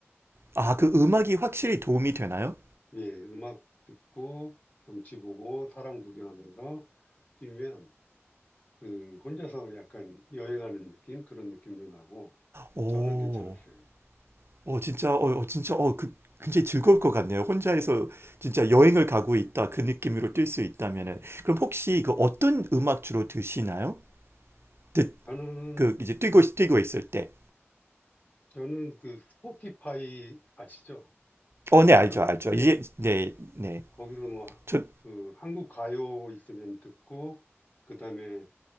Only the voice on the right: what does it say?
아, 그 음악이 확실히 도움이 되나요?
오.
어, 진짜, 어, 어, 진짜, 어, 그, 굉장히 즐거울 것 같네요. 혼자서 진짜 여행을 가고 있다. 그 느낌으로 뛸 수 있다면은. 그럼 혹시 그 어떤 음악 주로 드시나요? 듣,
그, 이제 뛰고,
뛰고 있을 때.
어,
네, 알죠, 알죠.
이제, 네, 네.
저,